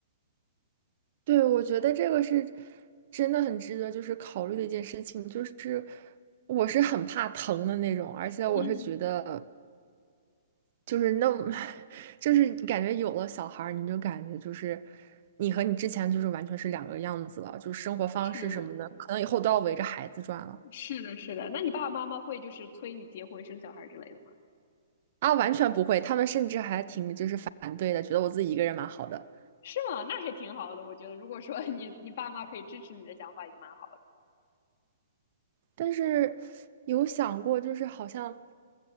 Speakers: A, on the right; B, on the left.
A: 对，我觉得这个是真的很值得就是考虑的一件事情，就是我是很怕疼的那种，而且我是觉得
B: 嗯，
A: 就是那么，<laughs> 就是感觉有了小孩儿，你就感觉就是你和你之前就是完全是两个样子了，就是生活方式什么的，
B: 是
A: 可能以后都要围着孩子转了
B: 是的，是的。那你爸爸妈妈会就是催你结婚生小孩之类的吗？
A: 啊，完全不会，他们甚至还挺就是反对的，觉得我自己一个人蛮好的。
B: 是吗？那还挺好的，我觉得，如果说你 <laughs> 你爸妈可以支持你的想法，也蛮好的。
A: 但是有想过，就是好像